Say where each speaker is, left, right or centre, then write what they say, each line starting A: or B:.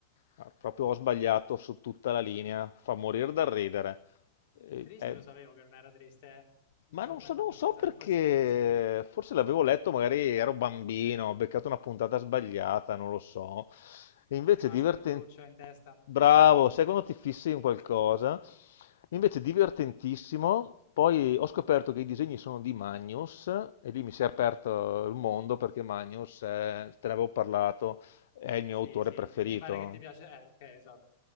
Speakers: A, on the left (about 75°); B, on the left (about 50°).
A: Ma Proprio ho sbagliato su tutta la linea. Fa morire dal ridere. Eh,
B: Triste
A: eh,
B: lo sapevo che non era triste, eh. Non
A: Ma
B: so
A: non
B: come
A: so,
B: hai fatto
A: non so
B: a pensare
A: perché,
B: che fossi triste.
A: forse l'avevo letto, magari ero bambino, ho beccato una puntata sbagliata, non lo so. E
B: E
A: invece
B: ti è rimasto
A: divertente...
B: il cruccio in testa.
A: Bravo,
B: <laughs>
A: sai quando ti fissi in qualcosa? Invece divertentissimo, poi ho scoperto che i disegni sono di Magnus e lì mi si è aperto il mondo perché Magnus, è- te ne avevo parlato, è il mio
B: Sì,
A: autore
B: sì,
A: preferito
B: mi, mi pare che ti piace. Eh, ok, esatto.